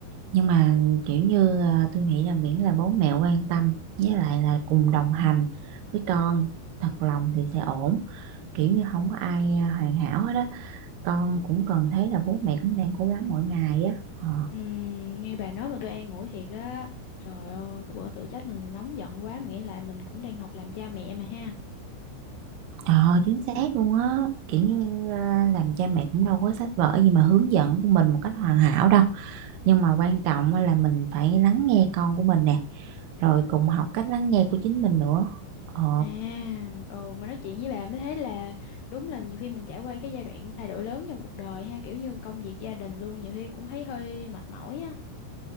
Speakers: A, on the right (about 65°); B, on the left (about 70°).
A: Nhưng mà kiểu như ờ, tôi nghĩ là miễn là bố mẹ quan tâm với lại là cùng đồng hành với con thật lòng thì sẽ ổn. Kiểu như không có ai ờ, hoàn hảo hết á. Con cũng cần thấy là bố mẹ cũng đang cố gắng mỗi ngày á. Ờ.
B: Ừm, nghe bà nói mà tôi an ủi thiệt á trời ơi cái bữa tự chết mình nóng giận quá mà nghĩa lại mình cũng đang học làm cha mẹ mà ha
A: Ờ chính xác luôn á kiểu như à, làm cha mẹ cũng đâu có sách vở gì mà hướng dẫn của mình một cách hoàn hảo đâu nhưng mà quan trọng á là mình phải lắng nghe con của mình nè rồi cùng học cách lắng nghe của chính mình nữa ồ
B: à ồ mà nói chuyện với bà mới thấy là đúng là nhiều khi mình trải qua cái giai đoạn thay đổi lớn trong cuộc đời ha kiểu như công việc gia đình luôn nhiều khi cũng thấy hơi mệt mỏi á